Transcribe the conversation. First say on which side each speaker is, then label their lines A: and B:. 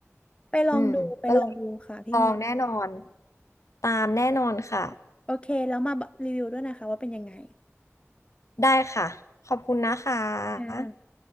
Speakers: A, on the left; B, on the left.
A: ไปลองดูไปลองดูค่ะพี่เมียน
B: อืมก็เลยลองแน่นอนตามแน่นอนค่ะ
A: โอเคแล้วมารีวิวด้วยนะคะว่าเป็นยังไง
B: ได้ค่ะ ขอบคุณนะคะ
A: อ่า